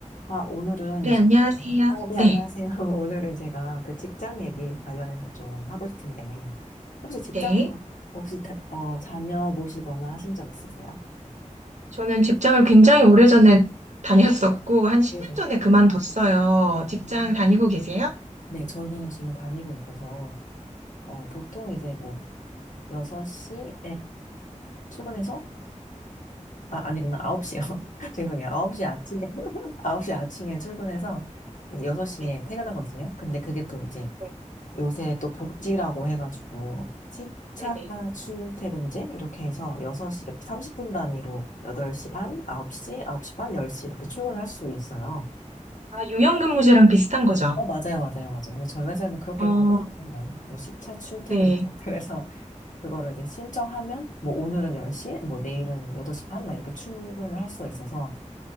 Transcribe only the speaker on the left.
아, 오늘은,
아, 네,
안녕하세요. <laughs> 오늘은 제가 그 직장 얘기 관련해서 좀 하고 싶은데, 혹시 직장,
혹시, 다- 어, 다녀 보시거나 하신 적 있으세요?
네네.
음.
네, 저는 지금 다니고 있어서, 어, 보통 이제 뭐, 6시에 출근해서, 아, 아니구나, 9시요. <laughs> 죄송해요. 9시 아침에, <laughs> 홉시 아침에 출근해서, 6시에
퇴근하거든요. 근데 그게 또 이제
요새 또 복지라고 해가지고 시차
출퇴근제 이렇게 해서 여섯 시 30분 단위로 8시 반, 9시, 9시 반, 10시 이렇게 출근할 수 있어요.
어, 맞아요, 맞아요, 맞아요. 근데 저희 회사에는 그렇게
보더라고요. 뭐 시차 출퇴근.
<laughs> 그래서 그거를 이제 신청하면 뭐 오늘은 10시, 뭐 내일은 8시 반, 막 이렇게 출근을 할 수가 있어서